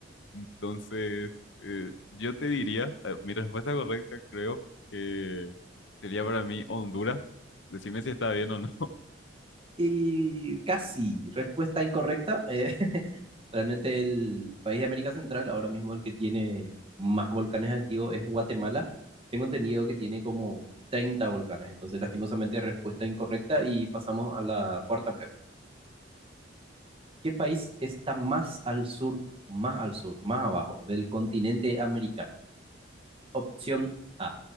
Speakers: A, on the left; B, on the right.
A: Entonces, eh, yo te diría, eh, mi respuesta correcta creo que sería para mí Honduras. Decime si está bien o no.
B: Y casi, respuesta incorrecta. eh, Realmente el país de América Central, ahora mismo el que tiene más volcanes activos es Guatemala. Tengo entendido que tiene como 30 volcanes, entonces lastimosamente respuesta incorrecta y pasamos a la cuarta pregunta. ¿Qué país está más al sur, más al sur, más abajo del continente americano? Opción A,